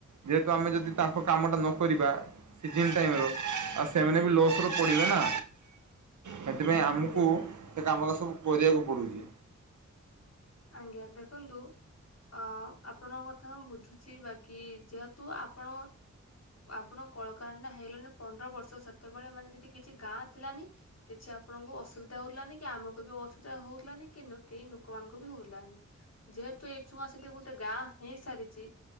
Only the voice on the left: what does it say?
ଆଜ୍ଞା
ଆଜ୍ଞା ଦେଖନ୍ତୁ ଅ ଆପଣଙ୍କ କଥା ମୁଁ ବୁଝୁଛି ବାକି ଯେହେତୁ ଆପଣ ଆପଣଙ୍କ କଳକାର ଟା ହେଇଗଲାଣି ପନ୍ଦର ବର୍ଷ ସେତେବେଳେ ମାନେ ସେଠି କିଛି ଗାଁ ଥିଲାନି କିଛି ଆପଣଙ୍କୁ ଅସୁବିଧା ହଉଥିଲାନି କି ଆମକୁ ବି ଅସୁବିଧା ହଉଥିଲାନି କି କେହି ଲୋକମାନଙ୍କୁ ବି ହଲାନି ଯେହେତୁ ଏଇ ଛୁ ମାସେ ଗୋଟେ ଗାଁ ହେଇସାରିଛି।